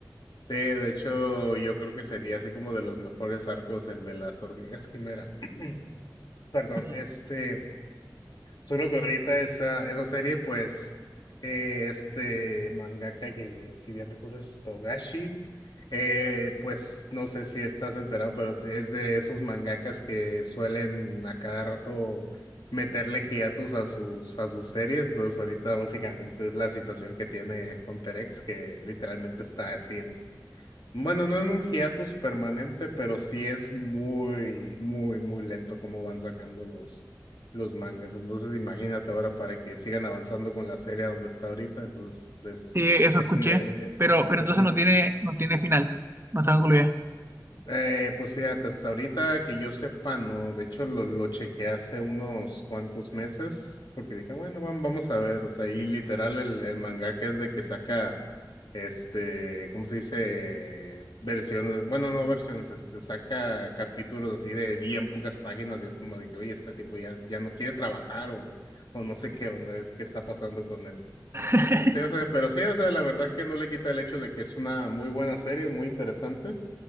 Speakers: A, on the left; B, on the right.
A: Sí, de hecho, yo creo que sería así como de los mejores arcos el de las hormigas quimera. <clears throat> Perdón,
B: Mm.
A: este, solo que ahorita esa, esa serie, pues, eh, este mangaka que, si bien recuerdo, es Togashi, eh, pues, no sé si estás enterado, pero es de esos mangakas que suelen a cada rato meterle hiatus a sus, a sus series, entonces ahorita básicamente es la situación que tiene Hunter X, que literalmente está así bueno, no en un hiatus permanente, pero sí es muy, muy, muy lento cómo van sacando los, los mangas. Entonces, imagínate ahora para que sigan avanzando con la serie a donde está ahorita. Entonces, pues, es,
B: Sí, eso escuché.
A: es un de-
B: Pero, pero
A: es
B: entonces
A: un
B: no tiene, no tiene final. No está concluida.
A: eh, pues fíjate, hasta ahorita que yo sepa, no. De hecho, lo, lo chequeé hace unos cuantos meses, porque dije, bueno, vam- vamos a ver. O sea, y literal el, el mangaka es de que saca, este, ¿cómo se dice? Versiones, bueno, no versiones, este, saca capítulos así de bien pocas páginas y es como de que, oye, este tipo ya, ya no quiere trabajar o, o no sé qué onda, qué está pasando con él.
B: <laughs>
A: Pero sí, o sea, pero sí, o sea, la verdad que no le quita el hecho de que es una muy buena serie, es muy interesante.